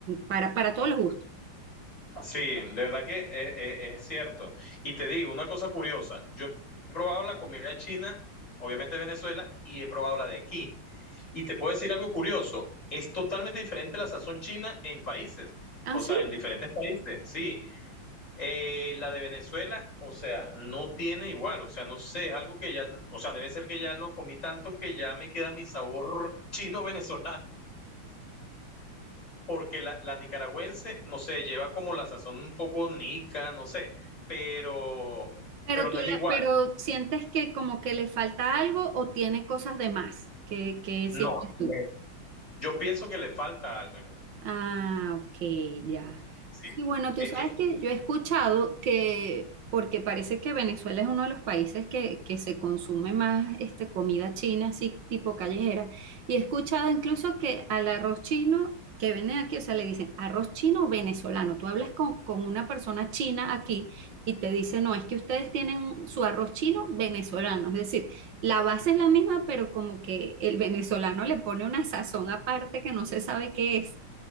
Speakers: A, on the right; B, on the left.
A: para, para todos los gustos.
B: Sí, de verdad que eh, eh, es cierto. Y te digo una cosa curiosa, yo he probado la comida china, obviamente de Venezuela, y he probado la de aquí. Y te puedo decir algo curioso, es totalmente diferente la sazón china en países,
A: Ah,
B: o sea,
A: sí.
B: en diferentes países, sí. Eh, la de Venezuela, o sea, no tiene igual, o sea, no sé, es algo que ya, o sea, debe ser que ya lo comí tanto que ya me queda mi sabor <laughs> chino-venezolano, porque la, la nicaragüense, no sé, lleva como la sazón un poco nica, no sé, pero,
A: Pero
B: pero no
A: tú
B: es
A: la-
B: igual,
A: pero sientes que como que le falta algo o tiene cosas de más. ¿Qué, qué sientes
B: no, le-
A: tú?
B: yo pienso que le falta algo,
A: Ah, ok, ya.
B: sí,
A: Sí, bueno, tú
B: Eh,
A: sabes
B: eh,
A: que yo he escuchado que, porque parece que Venezuela es uno de los países que, que se consume más este, comida china, así tipo callejera, y he escuchado incluso que al arroz chino que venden aquí, o sea, le dicen arroz chino venezolano. Tú hablas con, con una persona china aquí y te dice, no, es que ustedes tienen su arroz chino venezolano, es decir, la base es la misma, pero como que el venezolano le pone una sazón aparte que no se sabe qué es